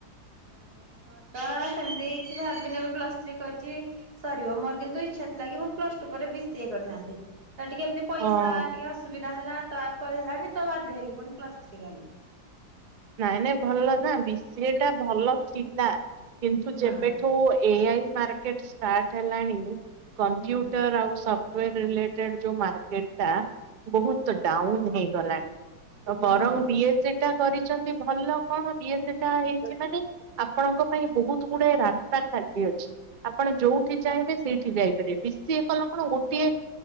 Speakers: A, on the right (about 55°); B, on the right (about 80°).
A: ହଁ ମୋର ତ ସେମିତି କିଛି ଭାବିନି ପ୍ଲସ ଥ୍ରୀ କରିଛି ସରିବ। ମୋର କିନ୍ତୁ ଇଛା ଥିଲା କି ମୁଁ ପ୍ଲସ ଟୁ ପରେ ବି ସିଏ କରିଥାନ୍ତି। ତ ଟିକେ ଏମତି ପଇସା
B: ହଁ
A: ଟିକେ ଅସୁବିଧା ହେଲା ଆଉ କ ହେଲାଣି ତ ବାଧ୍ୟ ହେଇକି ପୁଣି ପ୍ଲସ ଥ୍ରୀ କଲି।
B: ନାଇଁ ନାଇଁ ଭଲ ନା। ସେଟା ଭଲ ଥିଲା କିନ୍ତୁ
A: ହଁ
B: ଯେବେଠୁ ଏଆଇ ମାର୍କେଟ ଷ୍ଟାର୍ଟ ହେଲାଣି କମ୍ପ୍ୟୁଟର
A: ହୁଁ
B: ଆଉ ସବ ସଫ୍ଟୱେର ରିଲେଟେଡ୍ ଯୋଉ ମାର୍କେଟ ମଟା ବହୁତ ଡାଉନ ହେଇଗଲା ତ ବରଂ
A: ହଁ
B: ବିଏ ସେଟା କରି ଭଲ କଣ ବି ସେଟା ହେଇଛି ମାନେ ଆପଣଙ୍କ ପାଇଁ ବହୁତ ଗୁଡା ରାସ୍ତା ଚାାଲି ଅଛି ଆପଣ ଯୋଉଠି ଚାହିଁବେ ସେଇଠି ଯାଇପାରିବେ ବେଶିଏ କଲ କଣ ଗୋଟିଏ